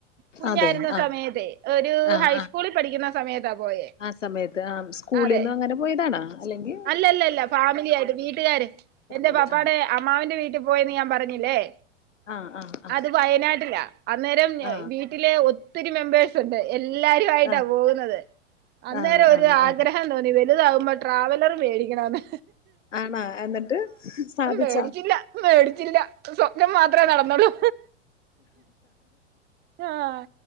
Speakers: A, on the right; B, on the left.
A: കുഞ്ഞായിരുന്ന
B: അതെ ആഹ്
A: സമയത്തെ ഒരു
B: ആഹ്
A: ഹൈസ്കൂളീ പഠിക്കുന്ന സമയത്താ പോയേ.
B: ആഹ് സമയത്ത് അ സ്കൂളിന്നങ്ങനെ
A: അതെ
B: പോയതാണാ? അല്ലെങ്കി,
A: അല്ലല്ലല്ല ഫാമിലി ആയ്ട്ട് വീട്ടുകാര്,
B: ഫാമിലി
A: എന്റെ പാപ്പാടെ
B: ആ
A: അമ്മാവന്റെ വീട്ടി പോയെന്ന് ഞാ പറഞ്ഞില്ലേ,
B: ആ ആ ആ
A: അത് വയനാട്ടില. അന്നേരം
B: ആ
A: വീട്ടിലെ ഒത്തിരി മെമ്പേഴ്സ്, ണ്ട് എല്ലാവരുയായ്ട്ടാ
B: ആ
A: പോവുന്നത്. അന്നേരം
B: ആ ആ
A: ഒരു
B: ആ
A: ആഗ്രഹം തോന്നി വര് ല്താവുമ്പോ ട്രാവലർ മേടിക്കണെന്ന്.
B: ആണാ എന്നട്ട് സാധിച്ചാ?
A: മേടിച്ചില്ല മേടിച്ചില്ല സ്വപ്നം മാത്ര നടന്നൊള്ളു. ആഹ്